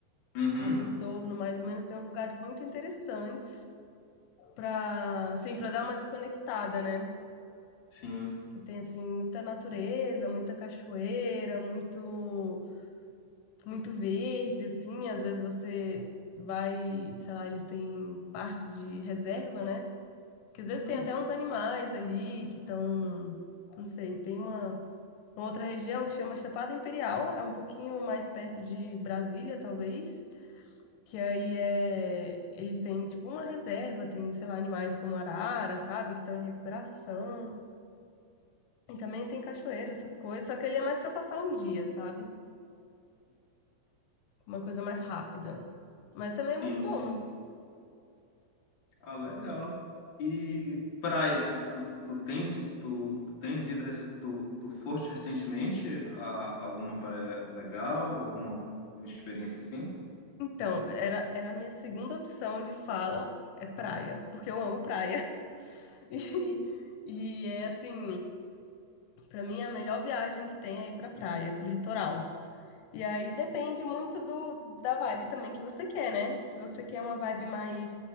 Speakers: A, on the left; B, on the left.
A: uhum,
B: Ali em torno, mais ou menos, tem uns lugares muito interessantes para, assim, para dar uma desconectada, né?
A: sim,
B: Que tem assim muita natureza, muita cachoeira, muito muito verde, assim, às vezes você vai, sei lá, eles têm partes de reserva, né? Que às
A: uhum,
B: vezes tem até uns animais ali que estão, não sei, tem uma Uma outra região que chama Chapada Imperial, é um pouquinho mais perto de Brasília, talvez, que aí é eles têm tipo uma reserva, tem, sei lá, animais como arara, sabe, que estão em recuperação. E também tem cachoeira, essas coisas, só que ele é mais para passar um dia, sabe? Uma coisa mais rápida. Mas também
A: sim,
B: é muito bom.
A: sim. Ah, legal. E praia, tu, tu, tu tens, tu, tu tens ido, rec- tu, tu foste recentemente a alguma praia legal, alguma uma experiência assim?
B: Então, era, era a minha segunda opção de fala é praia, porque eu amo praia. <laughs> E, e é assim, pra mim a melhor viagem que tem é ir pra praia, pro litoral. E aí depende muito do, da vibe também que você quer, né? Se você quer uma vibe mais,